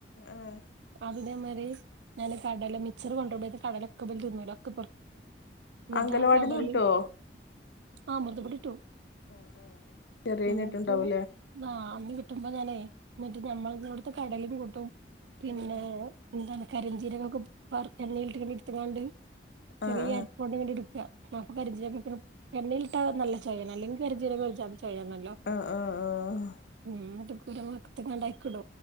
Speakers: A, on the left; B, on the right.
A: ആഹ്
B: ആഹ് അതേ മാതിരി ഞാന് കടല മിച്ചറ് കൊണ്ടോ <unintelligible> കടലൊക്കെ വലി <unintelligible> തിന്നൂല ഒക്കെ എന്നിട്ട്
A: അംഗലവാടിന്ന്
B: ആ കടല്
A: കിട്ടോ
B: ആഹ് <unintelligible>
A: ആഹ് ആഹ് ചെറിയേന്
B: എന്നിട്ട്
A: കിട്ട്ണ്ടാവൂലേ
B: ആഹ് അന്ന് കിട്ടുമ്പം ഞാനേ എന്നിട്ട് ഞമ്മളതു കടലും കൂട്ടവും പിന്നെ
A: ആഹ്
B: എന്താണ് കരിഞ്ചീരകൊക്കെ വറ എണ്ണയിലിട്ട് ഇങ്ങനെ എടുത്തങ്ങാണ്ട് ചെറിയ
A: ആഹ്
B: അരിപ്പ കൊണ്ട് ഇങ്ങനെ എടുക്കാ അപ്പം കരിചീരകം ഇട്ടാ എണ്ണയിലിട്ടാ നല്ല ചായയാ അല്ലെങ്കി കരിഞ്ചീരകം ഒഴിച്ചാ കഴിയാണല്ലോ
A: ആഹ് ആഹ് ആഹ് ആഹ്
B: ഉം <unintelligible>